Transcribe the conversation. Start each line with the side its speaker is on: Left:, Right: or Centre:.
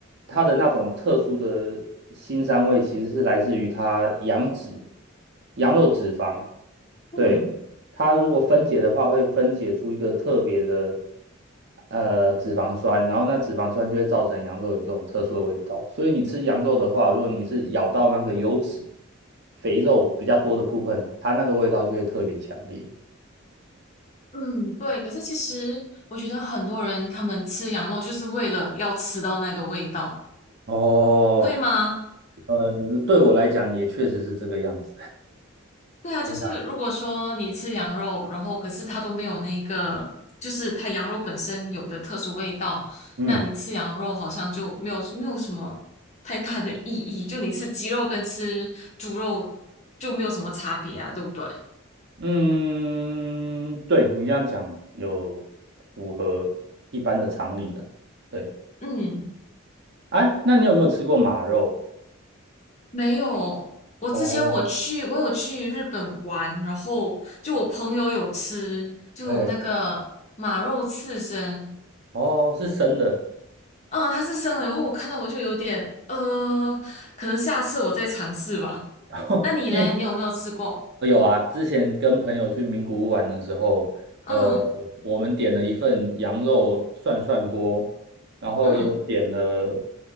Right: 它的那种特殊的腥膻味，其实是来自于它羊脂、羊肉脂肪。
Left: 嗯
Right: 对，它如果分解的话，会分解出一个特别的呃脂肪酸，然后那脂肪酸就会造成羊肉有这种特殊的味道。所以你吃羊肉的话，如果你是咬到那个油脂、肥肉比较多的部分，它那个味道就会特别强烈。
Left: 嗯，对。可是其实我觉得很多人他们吃羊肉就是为了要吃到那个味道。
Right: 哦，
Left: 会吗？
Right: 呃，对我来讲也确实是这个样子。
Left: 对啊，就是如果说你吃羊肉，
Right: <laughs>
Left: 然后可是它都没有那个，就是它羊肉本身有的特殊味道，
Right: 嗯，
Left: 那你吃羊肉好像就没有没有什么太大的意义，就你吃鸡肉跟吃猪肉就没有什么差别啊，对不对？
Right: 嗯，对，你这样讲有符合一般的常理啦。对，
Left: 嗯，
Right: 哎，那你有没有吃过马肉？
Left: 没有。我之前我去，
Right: 哦，
Left: 我有去日本玩，然后就我朋友有吃，就那个马肉刺身，
Right: 嘿，哦，是生的，
Left: 嗯，它是生的，然后我看到我就有点，呃，可能下次我再尝试吧。
Right: <laughs>
Left: 那你嘞，
Right: 因为
Left: 你有没有吃过？
Right: 呃有啊，之前跟朋友去名古屋玩的时候，
Left: 嗯
Right: 呃，我们点了一份羊肉涮涮锅，然后有点了，
Left: 嗯